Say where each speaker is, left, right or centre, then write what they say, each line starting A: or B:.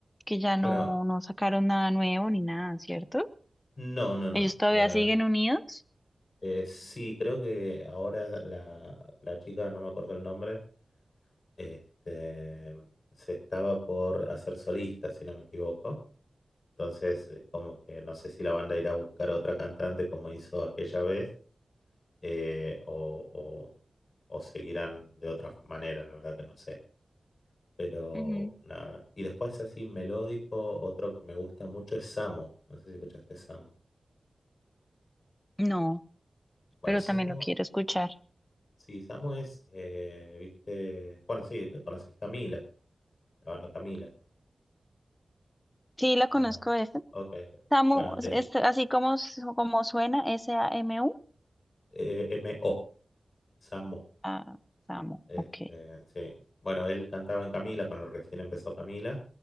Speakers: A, on the left; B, on the left.
A: que ya no,
B: Bueno,
A: no sacaron nada nuevo ni nada, ¿cierto?
B: no, no, no.
A: Ellos todavía
B: La,
A: siguen unidos.
B: Eh, sí, creo que ahora la, la chica, no me acuerdo el nombre, este, se estaba por hacer solista, si no me equivoco. Entonces es como que no sé si la banda irá a buscar otra cantante como hizo aquella vez eh, o, o- o seguirán de otra manera, la verdad que no sé. Pero
A: Ujú.
B: nada. Y después así melódico, otro que me gusta mucho es Samo. No sé si escuchaste Samo.
A: No,
B: Bueno,
A: pero
B: Samo
A: también lo quiero escuchar.
B: Sí, Samu es, eh, viste, bueno, sí, conoces Camila, la banda Camila,
A: Sí, la conozco
B: ¿o no?
A: esa.
B: Ok, ok.
A: Samu,
B: bueno, de
A: es así como, s- como suena, S-A-M-U.
B: eh, M O, Samu,
A: Ah, Samu,
B: este,
A: ok.
B: sí. Bueno, él cantaba en Camila, cuando recién empezó Camila,